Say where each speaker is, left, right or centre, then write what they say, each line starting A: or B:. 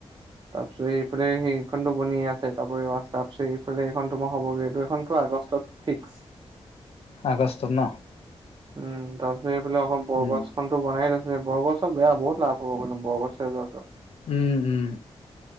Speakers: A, on the right (about 40°); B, on the left (about 65°).
A: তাৰপিছত এইফালে সেইখনতো বনিয়ে আছে তাৰোৰি তাৰ পিছত এইফালে এইখন তো মই হ'বগৈ এইটো এইখনতো আগষ্টত ফিক্স
B: আগষ্টত ন
A: উম তাৰ পিছত এইফালে অক বৰবছখননতো
B: উম
A: বনাই আছে বৰগছৰ বেয়া বহুত লাভ হব কিন্তু বৰগছছে যটো
B: উম উম